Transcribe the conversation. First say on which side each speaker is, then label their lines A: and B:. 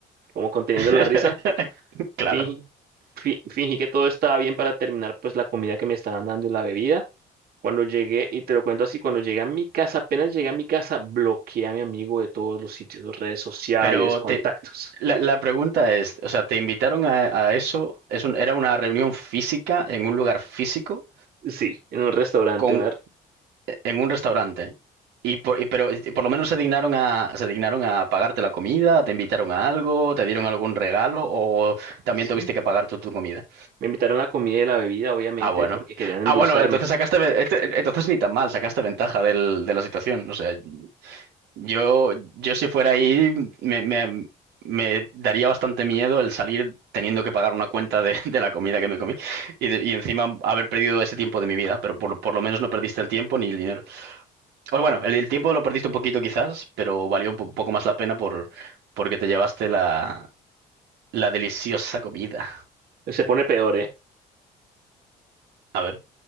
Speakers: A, on the right; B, on the right.
A: como conteniendo
B: <laughs>
A: la risa.
B: Claro.
A: Fingí, fi- fingí que todo estaba bien para terminar, pues la comida que me estaban dando y la bebida. Cuando llegué, y te lo cuento así, cuando llegué a mi casa, apenas llegué a mi casa, bloqueé a mi amigo de todos los sitios, redes sociales,
B: Pero
A: contactos.
B: te, la, la pregunta es, o sea, ¿te invitaron a, a eso? ¿Es un- era una reunión física en un lugar físico
A: Sí, en un restaurante,
B: con,
A: una-
B: en un restaurante? Y por, y- pero y por lo menos se dignaron a, se dignaron a pagarte la comida, te invitaron a algo, te dieron algún regalo o también
A: sí.
B: tuviste que pagar tú tu comida.
A: Me invitaron la comida y la bebida, obviamente,
B: Ah, bueno.
A: porque querían
B: Ah,
A: endulzarme.
B: bueno, entonces sacaste, ve- ent- entonces ni tan mal, sacaste ventaja del, de la situación. O sea, Yo, yo si fuera ahí, me, me- me daría bastante miedo el salir teniendo que pagar una cuenta de, <laughs> de la comida que me comí y, de- y encima haber perdido ese tiempo de mi vida, pero por, por lo menos no perdiste el tiempo ni el dinero. O bueno, el, el tiempo lo perdiste un poquito quizás, pero valió un po- poco más la pena por, porque te llevaste la, la deliciosa comida.
A: Se pone peor, ¿eh?
B: A ver.